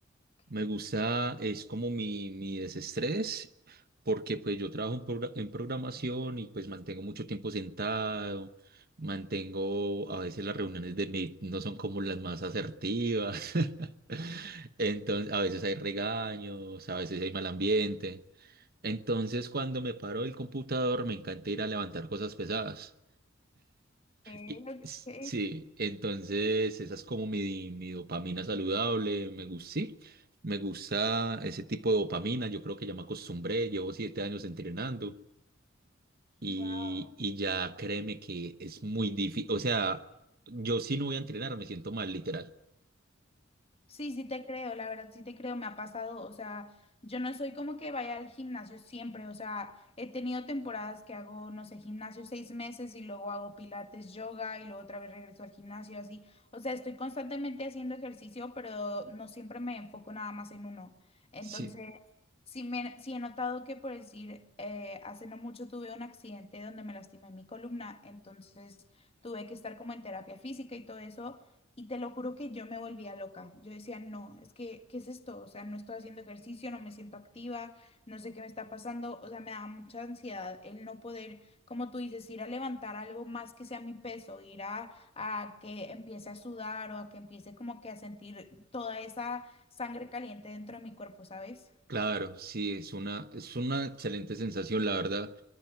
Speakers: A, on the left; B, on the right.
A: Ok,
B: Me gusta, es como mi, mi desestrés, porque pues yo trabajo en, progra- en programación y pues mantengo mucho tiempo sentado, mantengo, a veces las reuniones de Meet no son como las más asertivas, <laughs> entonces a veces hay regaños, a veces hay mal ambiente, entonces cuando me paro del computador me encanta ir a levantar cosas pesadas.
A: ok,
B: Y- s-
A: ok.
B: Sí, entonces esa es como mi, mi dopamina saludable, me gusta, sí, me gusta ese tipo de dopamina, yo creo que ya me acostumbré, llevo siete años entrenando y,
A: Wow.
B: y ya créeme que es muy difícil, o sea, yo si no voy a entrenar me siento mal, literal.
A: Sí, sí te creo, la verdad sí te creo, me ha pasado, o sea, yo no soy como que vaya al gimnasio siempre, o sea, he tenido temporadas que hago, no sé, gimnasio seis meses y luego hago pilates, yoga y luego otra vez regreso al gimnasio, así, o sea, estoy constantemente haciendo ejercicio, pero no siempre me enfoco nada más en uno. Entonces,
B: Sí,
A: sí, me, sí he notado que, por decir, eh, hace no mucho tuve un accidente donde me lastimé mi columna, entonces tuve que estar como en terapia física y todo eso. Y te lo juro que yo me volvía loca. Yo decía, no, es que, ¿qué es esto? O sea, no estoy haciendo ejercicio, no me siento activa, no sé qué me está pasando. O sea, me da mucha ansiedad el no poder, como tú dices, ir a levantar algo más que sea mi peso, ir a, a que empiece a sudar o a que empiece como que a sentir toda esa sangre caliente dentro de mi cuerpo, ¿sabes?
B: claro, sí, es una, es una excelente sensación, la verdad.